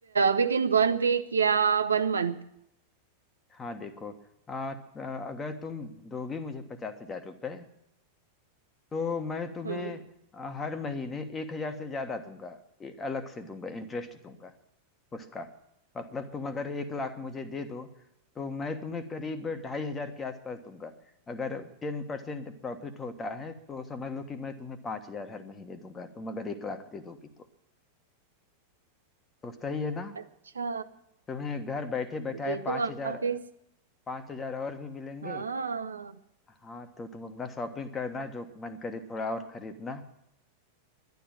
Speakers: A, on the right; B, on the left.
A: विद इन वन वीक या वन मंथ
B: हाँ देखो आ, आ, अगर तुम दोगी मुझे पचास हजार रुपये तो मैं तुम्हें
A: हम्म
B: आ, हर महीने एक हजार से ज्यादा दूंगा ए- अलग से दूंगा इंटरेस्ट दूंगा उसका मतलब तुम अगर एक लाख मुझे दे दो तो मैं तुम्हें करीब ढाई हजार के आसपास दूंगा अगर टेन परसेंट प्रॉफिट होता है तो समझ लो कि मैं तुम्हें पांच हजार हर महीने दूंगा तुम अगर एक लाख दे दोगी तो तो सही है ना
A: अच्छा
B: तुम्हें घर बैठे बैठाए
A: ये
B: पांच
A: तो काफी
B: हजार पांच हजार और भी मिलेंगे
A: हाँ
B: हाँ तो तुम अपना शॉपिंग करना जो मन करे थोड़ा और खरीदना